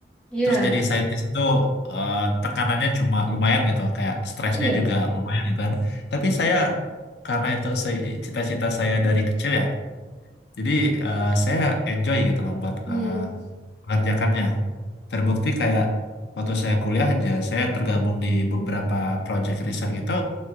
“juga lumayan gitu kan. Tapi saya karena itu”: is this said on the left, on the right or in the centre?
Left